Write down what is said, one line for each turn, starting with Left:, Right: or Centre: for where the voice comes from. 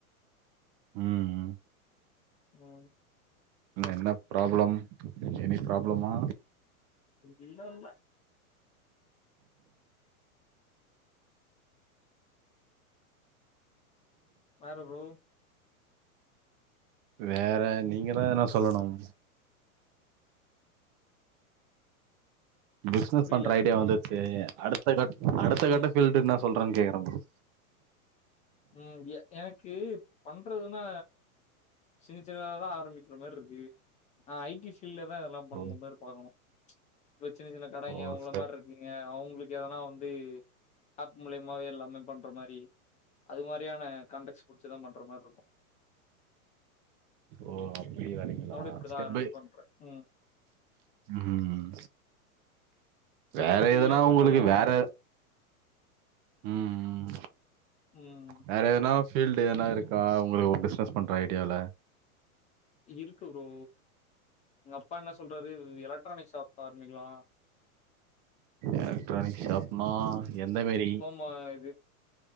Right: ம் ம்
Left: ம்
Right: என்ன ப்ராப்ளம் எனி ப்ராப்ளமா
Left: இல்லல்ல வேற ப்ரோ
Right: வேற நீங்க தான் எதனா சொல்லணும் பிஸ்னஸ்
Left: புரியல
Right: பண்ற ஐடியா வந்துருச்சு அடுத்த க அடுத்த
Left: ம்
Right: கட்ட பீல்டு என்னா சொல்றங் கேக்குறன் ப்ரோ
Left: உம் எ எனக்கு பண்றதுன்னா சின்ன சின்னதா தான் ஆரமிக்ர மாரி இருக்கு ஆ ஐ டி ஃபீல்டுல தான் இதெல்லாம் பண்ணுனு
Right: ஓ
Left: மாரி பாக்கணும் இப்ப சின்ன சின்ன கடைங்க
Right: ஓ
Left: உங்கள
Right: ஸ்டெப்
Left: மார் நீங்க அவங்களுக்கு எதனா வந்து ஆப் மூலியமாவே எல்லாமே பண்ற மாரி அது மாரியான காண்டக்ஸ் புடிச்சிதான் பண்ற மாரி இருக்கும்
Right: ஓ அப்டி வரீங்களா
Left: இப்படிதான்
Right: ஸ்டெப்
Left: ஆரம்பிப்பேன்ற.
Right: பை
Left: ம்.
Right: ம்
Left: தெரிஞ்ச
Right: வேற
Left: ஃபீல்ட்லயே
Right: எதுனா
Left: போயிட்டோம்னா
Right: உங்குளுக்கு வேற
Left: ஓரளவு
Right: ம் ம்
Left: ம்
Right: வேற எதுனா ஃபீல்டு எதுன இருக்கா உங்களுக்கு பிஸ்னஸ் பண்ற ஐடியால
Left: இருக்கு ப்ரோ எங்க அப்பா என்ன சொல்றாரு எலக்ட்ரானிக் ஷாப் ஆரம்பிக்கலா
Right: எலக்ட்ரானிக் ஷாப்னா எந்த மாரி
Left: ம இது